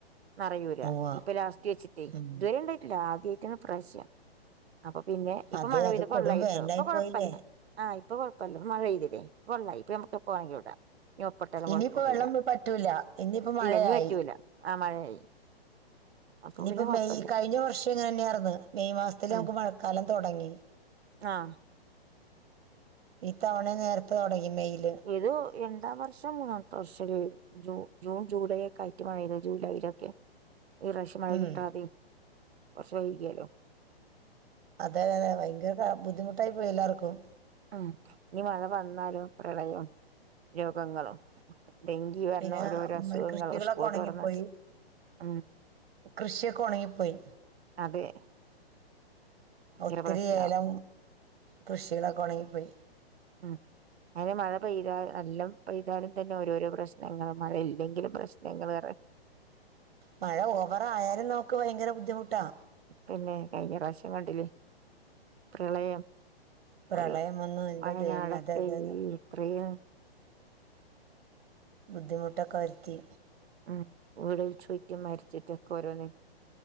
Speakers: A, on the right (about 80°); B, on the right (about 55°).
A: നിറയൂല
B: ഉവ്വ
A: ഇപ്പൊ ലാസ്റ്റ് വെച്ചിട്ടേ
B: ഉം
A: ഇതുവരെ ഇണ്ടായിട്ടില്ല ആദ്യയിട്ടാണ് ഇപ്രാവശ്യം അപ്പൊ പിന്നെ ഇപ്പൊ
B: അത്
A: മഴ
B: അത്
A: പെയ്ത അപ്പോ
B: കൊടും
A: വെള്ളായിട്ടോ
B: വേനലായി
A: ഇപ്പൊ കൊഴപ്പല്ല
B: പോയില്ലേ
A: ആഹ് ഇപ്പൊ കൊയപ്പം ഇല്ല മഴ പെയ്തില്ലേ ഇപ്പൊ വെള്ളായി ഇപ്പോ നമുക്ക് എപ്പോ വെണെങ്കിലും ഇടാം ഇനി ഒപ്പട്ടാലും
B: ഇനിയിപ്പ
A: കുഴപ്പൊന്നുല്ല
B: വെള്ളം പറ്റൂല ഇനിയിപ്പ മഴയായി
A: ഇല്ല ഇനി പറ്റൂല ആഹ് മഴയായി അപ്പൊ
B: ഇനിയിപ്പോ
A: പിന്നെ കൊഴപ്പല്ല
B: മെയ് കഴിഞ്ഞ വർഷം ഇങ്ങനന്നെയാർന്ന് മെയ് മാസത്തില്
A: ഉം
B: നമുക്ക് മഴക്കാലം തൊടങ്ങി
A: ആഹ്
B: ഈ തവണയും നേരത്തെ തൊടങ്ങി മെയില്
A: ഏതോ എണ്ടാം വർഷം മൂന്നാമത്തെ വർഷം അല്ലെ ജൂ ജൂൺ ജൂലൈ എക്ക ആയിട്ട് മഴയെയ്തു ജൂലൈയില് ഒക്കെ ഈറാവശ്യം മഴ
B: ഉം
A: കിട്ടാതെ വർഷം <unintelligible>
B: അതെ ഭയങ്കര ബുദ്ധിമുട്ടായി പോയി എല്ലാർക്കും
A: ഉം ഇനി മഴ വന്നാലും പ്രളയം രോഗങ്ങളും ഡെങ്കി വരണ
B: പിന്നെ
A: ഓരോരോ
B: ഉം,
A: അസുഖങ്ങളും
B: കൃഷികളൊക്കെ
A: സ്കൂൾ
B: ഉണങ്ങിപ്പോയി
A: തുറന്ന ഉം
B: കൃഷിയൊക്കെ ഒണങ്ങിപ്പോയി
A: അതെ
B: ഒത്തിരി
A: പ്രശ്നാവും
B: ഏലം കൃഷികള് ഒക്കെ ഒണങ്ങിപ്പോയി
A: ഉം അങ്ങനെ മഴ പെയ്താ നല്ലം പെയ്താലും തന്നെ ഓരോരോ പ്രശ്നങ്ങൾ മഴയില്ലെങ്കിലും പ്രശ്നങ്ങളാണ്
B: മഴ ഓവറായാലും നമുക്ക് ഭയങ്കര ബുദ്ധിമുട്ടാ
A: പിന്നെ കഴിഞ്ഞ പ്രാവശ്യം കണ്ടില്ലേ പ്രളയം
B: പ്രളയം
A: ഒരു
B: വന്നു എന്റെ
A: വയനാടൊക്കെ
B: ദൈവമേ അതെ അതെ അതെ
A: ഈ ഇത്രയും
B: ബുദ്ധിമുട്ടൊക്കെ വരുത്തി
A: ഉം വീടിൽ ചുറ്റും മരച്ചിട്ടൊക്കെ ഓരോന്ന്